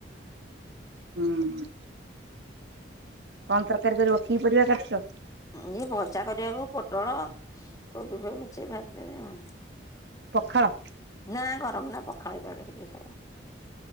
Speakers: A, on the right (about 70°); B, on the left (about 20°).
A: ହୁଁ। କଣ ତରକାରୀ କରିବ କି ପରିବା କାଟୁଛ?
B: ଏଇ ଭଜା କରିବାକୁ ପୋଟଳ, କୋବି ଫୋବ ମିଶେଇକି ଭାଜିଦେବି ଆଉ।
A: ପଖାଳ?
B: ନା ଗରମ ନା ପଖାଳ ଏଇ ପାଗ ରେ କିଏ ଖାଇବ?